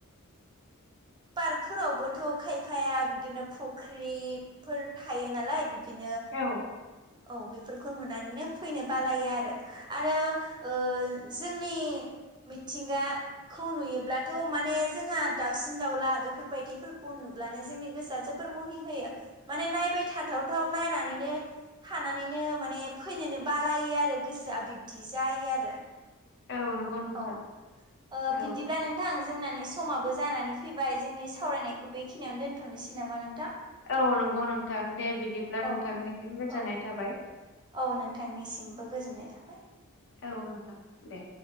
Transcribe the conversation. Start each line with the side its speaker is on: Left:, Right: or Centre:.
Right: <inaudible> पार्कफोरावबोथ' खायफाया बिदिनो फुख्रिफोर थायो नालाय बि बिदिनो
Left: औ
Right: औ बेफोरखौ नुनानैनो फैनो बालायो आरो आरो ओ जोंनि मिथिंगा खौ नुयोब्लाथ' माने जोंहा दाउसिन दाउला बेफोरबायदिफोरखौ नुब्लानो जोंनि गोसोआ जोबोर मुहि होयो माने नायबाय थाथाव थाव नायनानैनो थानानैनो माने फैनोनो बालायो आरो गोसोआ बिब्दि जायो आरो।
Left: औ नंगौ नोंथां
Right: औ ओ
Left: औ
Right: बिदिब्ला नोंथां जोंनानै समाबो जानानै फैबाय जोंनि सावरायनायखौ बेखिनियावनो दोनथ'नोसै नामा नोंथां?
Left: औ नंगौ नोंथां दे बिदिब्ला
Right: औ
Left: नोंथांसिम गोजोननाय
Right: औ
Left: थाबाय।
Right: औ नोंथांनिसिमबो गोजोननाय थाबाय।
Left: औ नोंथां दे।